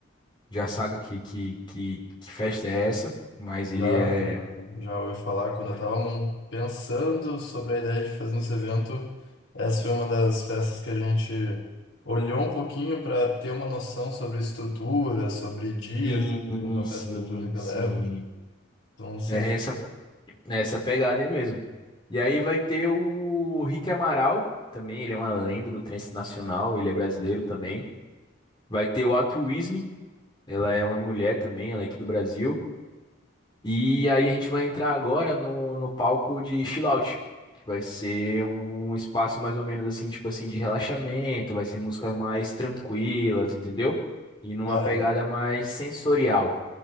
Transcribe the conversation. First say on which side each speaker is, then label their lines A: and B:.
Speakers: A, on the left (about 25°); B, on the left (about 70°).
A: já saca que, que, que, que festa é essa, mas ele
B: Já,
A: é
B: já, já ouvi falar quando eu tava mon- pensando sobre a ideia de fazer esse evento. Essa foi uma das festas que a gente olhou um pouquinho para ter uma noção sobre estrutura, sobre dias
A: Sim,
B: que uma festa
A: sim,
B: eletrônica
A: sim.
B: leva. Então, sim.
A: É essa, é essa pegada aí mesmo. E aí vai ter o Rick Amaral também, ele é uma lenda do trance nacional, ele é brasileiro também. Vai ter o Altruísme, ela é uma mulher também, ela é aqui do Brasil. E aí a gente vai entrar agora no, no palco de chill out, que vai ser um espaço mais ou menos assim, tipo assim, de relaxamento, vai ser músicas mais tranquilas, entendeu? E numa
B: Tá.
A: pegada mais sensorial.